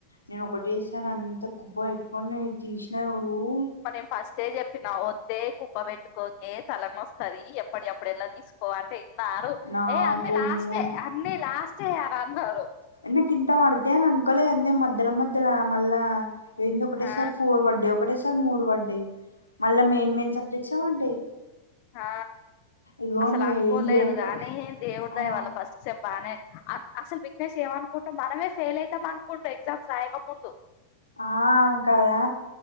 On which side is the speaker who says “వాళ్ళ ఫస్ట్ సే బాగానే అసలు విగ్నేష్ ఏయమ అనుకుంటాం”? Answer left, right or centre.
Left